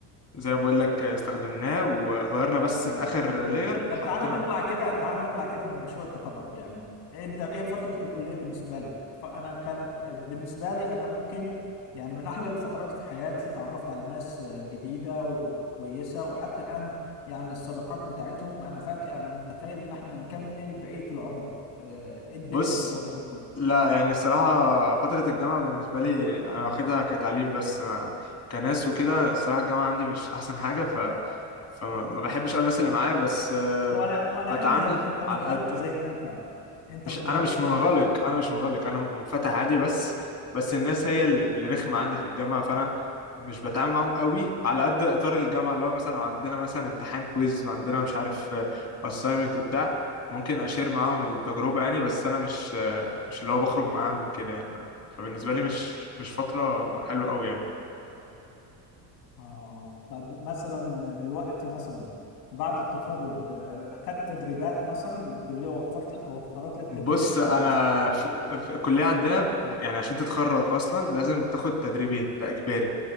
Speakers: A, on the left (about 30°); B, on the left (about 80°).
A: زي ما بقول لك آه، استخدمناه وغيرنا
B: طب
A: بس
B: تمام.
A: اخر لاير
B: طب
A: حطينا
B: تعالى نطلع كده تعالى نطلع كده من مشروع التخرج يعني انت ايه فترة الكلية بالنسبة لك؟ فانا كانت بالنسبة لي انا ممكن يعني من احلى الفترات في حياتي تعرفت على ناس جديدة و- وكويسة وحتى الان يعني الصداقات بتاعتهم انا فاكر انا متخيل ان احنا نكمل بقية العمر آه، ايه الدنيا
A: بص
B: انت برضه
A: لا يعني الصراحة فترة الجامعة بالنسبة لي أنا واخدها كتعليم بس ما كناس وكده الصراحة الجامعة عندي مش أحسن حاجة ف... فما ما بحبش أوي الناس اللي معايا بس آه،
B: ولا ولا
A: بتعامل
B: انت انت
A: على
B: منغلق
A: قد يعني
B: زي ما انت انت
A: مش
B: منغلق
A: انا مش
B: زي
A: منغلق
B: ما انت
A: انا مش منغلق انا منفتح عادي بس بس الناس هي ال- اللي رخمه عندي في الجامعه فانا مش بتعامل معاهم قوي على قد اطار الجامعه اللي هو مثلا لو عندنا مثلا امتحان كويز وعندنا مش عارف اساينمنت بتاع ممكن اشير معاهم التجربه يعني بس انا مش آه، مش اللي هو بخرج معاهم وكده يعني فبالنسبه لي مش مش فتره حلوه قوي يعني
B: اه آه. آه. طب مثلا دلوقتي مثلا بعد التخرج آه، خدت تدريبات مثلا الكلية وفرت وفرت لك
A: بص
B: تدريب
A: انا
B: ولا لسه؟
A: في, في الكليه عندنا يعني عشان تتخرج اصلا لازم تاخد تدريبين ده اجباري